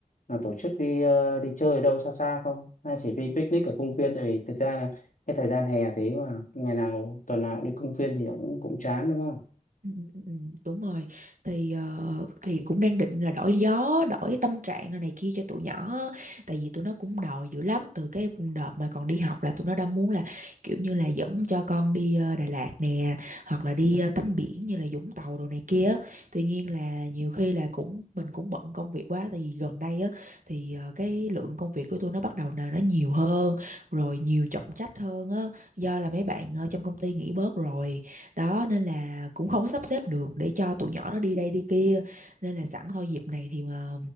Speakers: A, on the left (about 70°); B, on the right (about 75°).
A: là tổ chức đi ờ, đi chơi đâu xa xa không hay chỉ đi picnic ở công viên tại vì thực ra là cái thời gian hè thế mà ngày nào tuần nào cũng đi công viên thì cũng cũng chán đúng không
B: Ừ, ừ, ừ, ừ, đúng rồi thì ờ, thì cũng đang định là đổi gió đổi tâm trạng này, này kia cho tụi nhỏ á. tại vì tụi nó cũng đòi dữ lắm từ cái đợt mà còn đi học là tụi nó đã muốn là kiểu như là dẫn cho con đi ờ, Đà Lạt nè hoặc là đi ờ, tắm biển như là Vũng Tàu đồ này kia á. tuy nhiên là nhiều khi là cũng mình cũng bận công việc quá tại vì gần đây á thì ờ, cái lượng công việc của tụi nó bắt đầu là nó nhiều hơn rồi nhiều trọng trách hơn á do là mấy bạn ờ, trong công ty nghỉ bớt rồi đó nên là cũng không có sắp xếp được để cho tụi nhỏ nó đi đây đi kia nên là sẵn thôi dịp này thì mà